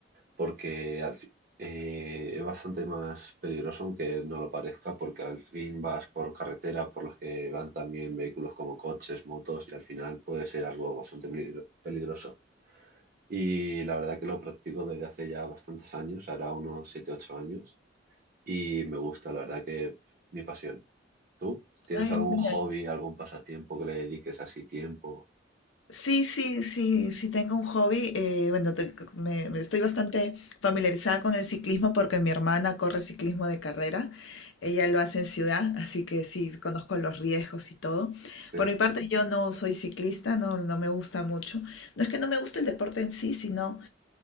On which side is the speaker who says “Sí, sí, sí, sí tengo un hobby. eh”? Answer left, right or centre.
Left